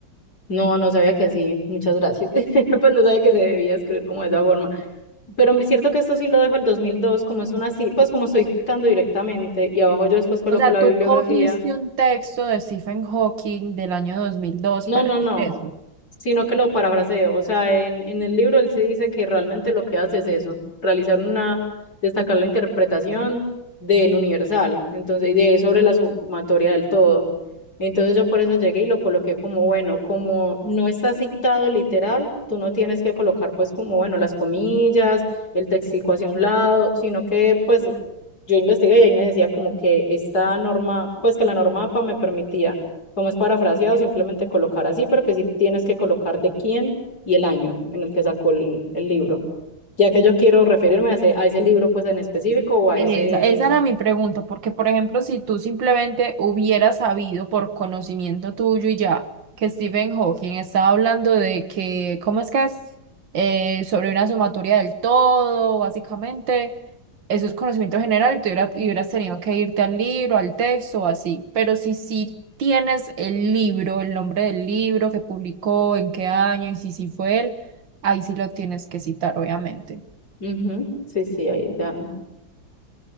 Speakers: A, on the left; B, on the right.
A: No, no sabía que así, muchas gracias. <laughs> Pues no sabía que se debía escribir como de esa forma. Pero es cierto que esto sí lo dejo el 2002 como es una, ci- pues como estoy citando directamente y abajo yo después coloco
B: O sea,
A: la
B: tú
A: bibliografía.
B: cogiste un texto de Stephen Hawking del año 2002
A: No,
B: para
A: no, no.
B: eso.
A: sino que lo parafraseo. O sea, en, en el libro él sí dice que realmente lo que hace es eso, realizar una, destacar la interpretación del universal, entonces, y de sobre la sumatoria del todo. Entonces yo por eso llegué y lo coloqué como, bueno, como no está citado literal, tú no tienes que colocar pues como, bueno, las comillas, el textico hacia un lado, sino que pues yo investigué y ahí me decía como que esta norma, pues que la norma APA me permitía como es parafraseado, simplemente colocar así, pero que sí tienes que colocar de quién y el año en el que sacó el, el libro. Ya que yo quiero referirme a ese, a ese libro pues en específico o a
B: Esa,
A: ese...
B: esa era mi pregunta, porque por ejemplo, si tú simplemente hubieras sabido por conocimiento tuyo y ya que Stephen Hawking estaba hablando de que, ¿cómo es que es? Eh, sobre una sumatoria del todo, básicamente, eso es conocimiento general y tú hubiera- y hubieras tenido que irte al libro, al texto o así, pero si sí tienes el libro, el nombre del libro que publicó, en qué año y si sí fue él, ahí sí lo tienes que citar, obviamente.
A: Ujú, Sí, sí, ahí ya,